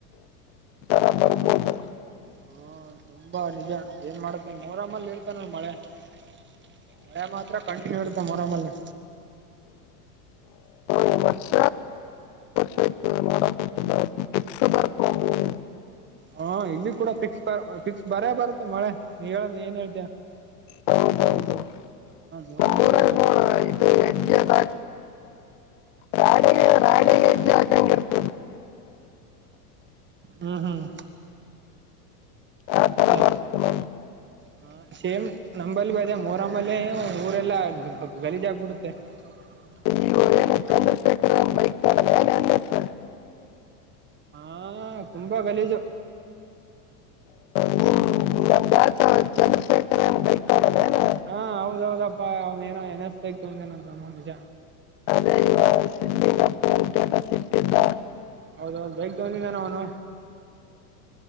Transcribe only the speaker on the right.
ಹ್ಮ ತುಂಬಾ ನಿಜ ಏನ್ ಮಾಡತ್ತೆ ನೋರಮ್ಮಲ್ಲಿ ಇರ್ತಾನ ಮಳೆ <inaudible> ಮಯೆ ಮಾತ್ರ ಕಂಠ ತ್ತ ಮರಮಲ್ಲಿ
ಹಾ ಇಲ್ಲಿ ಕೂಡ ಫಿಕ್ಸ್ ಬ ಫಿಕ್ಸ್ ಬರ ಬರತ್ತೆ ಮಳೆ ನೀ ಹೇಳ ಏನ್ ಹೇಳ್ತೀಯ <unintelligible>
ಮೂರಮ್ಮಲ್ಲಿ
ಹಾ
ಹ್ಮ್ ಹ್ಮ್
ಹೌದಾ
ಹ ಸೇಮ್ ನಂಬಲ್ಲಿ ಬಿ ಅದೇ ಮೋರಮ್ಮಲೆ ಊರೆಲ್ಲ ಗಲೀಜ ಆಗ್ಬಿಡುತ್ತೆ <unintelligible>
ಹಾ ತುಂಬಾ ಗಲೀಜು
ಹಾ ಹೌದೌದಪ್ಪಾ ಅವನ ಏನೋ ಎನಸ್ತಾ ಇತ ಒಂದೇನಂತ ಒಂದ್ ನಿಜ
ಹೌದೌ ಬೈಗ್ ತಗಂದಿದ್ದಾನ ಅವನು